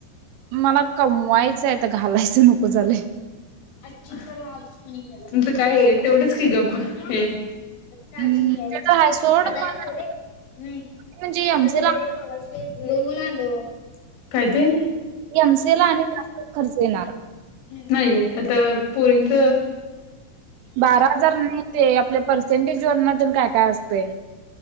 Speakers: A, on the right; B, on the left.
A: मला कमवायचंय तर घालायचं नको झालंय.
B: अ चित तुमच काय तेवढंच की गप् हे अच्छा
A: हम्म
B: अजून यायचा
A: ते तर
B: आहे
A: सोड
B: आलाय
A: पण
B: ना रे म
A: म्हणजे एम
B: आलाय
A: सी ला
B: रे मग अस येऊन आलो काय ते
A: एमसीला आणि जास्तच खर्च येणार
B: नाहीय आता पोरींच
A: बारा हजार नाही ते आपल्या पर्सेंटेज वणातून काय काय असते